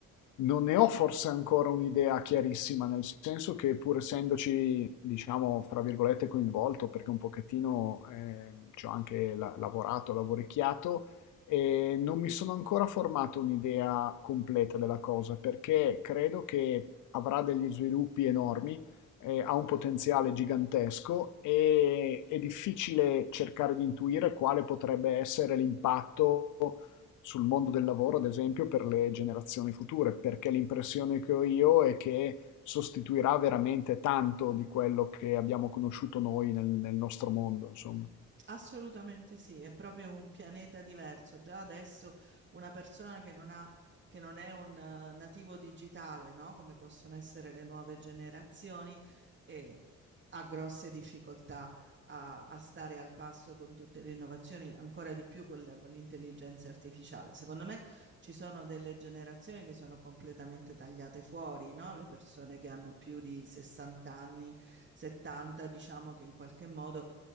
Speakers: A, on the left; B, on the right.
A: non ne ho forse ancora un'idea chiarissima, nel senso che pur essendoci, diciamo, fra virgolette, coinvolto, perché un pochettino ehm, ci ho anche la- lavorato, lavoricchiato, e non mi sono ancora formato un'idea completa della cosa, perché credo che avrà degli sviluppi enormi eh, ha un potenziale gigantesco e è difficile cercare di intuire quale potrebbe essere l'impatto sul mondo del lavoro, ad esempio, per le generazioni future, perché l'impressione che ho io è che sostituirà veramente tanto di quello che abbiamo conosciuto noi nel, nel nostro mondo, insomma.
B: Assolutamente sì, è proprio un pianeta diverso. Già adesso una persona che non ha, che non è un eh, nativo digitale, no? Come possono essere le nuove generazioni, eh, ha grosse difficoltà a, a stare al passo con tutte le innovazioni, ancora di più con la- con l'intelligenza artificiale. Secondo me ci sono delle generazioni che sono completamente tagliate fuori, no? Le persone che hanno più di 60 anni, 70, diciamo che in qualche modo